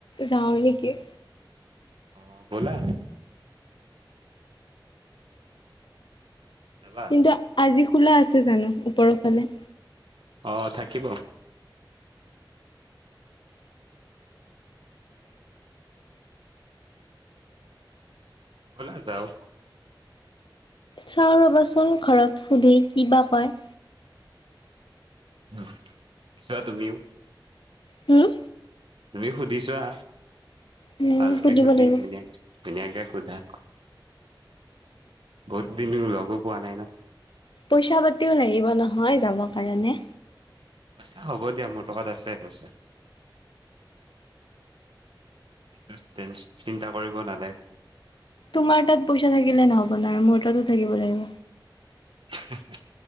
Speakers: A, on the left; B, on the right.
A: যাওঁ নেকি।
B: অহ, ব'লা। যাবা
A: কিন্তু আজি খোলা আছে জানো, ওপৰৰ ফালে।
B: অ', থাকিব। ব'লা যাওঁ।
A: চাওঁ ৰ'বাচোন, ঘৰত সুধি, কি বা কয়।
B: উম, চোৱা তুমিও।
A: হম।
B: তুমি সুধি চোৱা,
A: উম,
B: ভালকে
A: সুধিব
B: সুধি
A: লাগিব।
B: ধুনীয়াক ধুনীয়াকে সোধা, বহুত দিনো লগো পোৱা নাই ন'।
A: পইচা পাতিও লাগিব নহয়, যাব কাৰণে।
B: পইচা হ'ব দিয়া, মোৰ লগত আছে পইচা। সেইটো তেন চিন্তা কৰিব নালাগে।
A: তোমাৰ তাত পইচা থাকিলে নহব নহয়, মোৰ তাতো থাকিব লাগিব।
B: হেহ হেহ।